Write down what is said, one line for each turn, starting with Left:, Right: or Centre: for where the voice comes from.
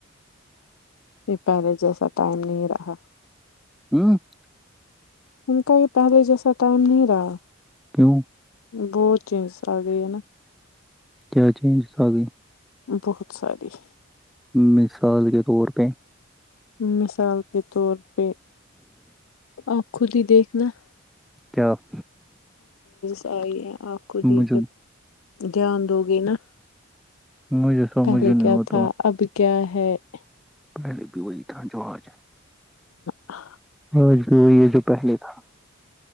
Left: یہ پہلے جیسا ٹائم نہیں رہا
Centre: ہوں <unintelligible>
Left: ان کا یہ پہلے جیسا ٹائم نہیں رہا
Centre: کیوں <unintelligible>
Left: بہت چینجز آ گئے ہیں نا
Centre: کیا چینج تھا آ گئی
Left: بہت ساری <unintelligible>
Centre: مثال کے طور پہ
Left: مثال کے طور پہ آپ خود ہی دیکھ <unintelligible> نہ <unintelligible>
Centre: کیا <unintelligible>
Left: توی ہے <unintelligible> آپ خود
Centre: مجھے
Left: ہی جب دھیان دو گے نا
Centre: مجھے سمجھ
Left: پہلے
Centre: نہیں
Left: کیا
Centre: ہو تو
Left: تھا اب کیا ہے <unintelligible>
Centre: پل بھی وہی تھا جوہج
Left: ہ <inaudible>
Centre: سج یہ جو پہلے تھا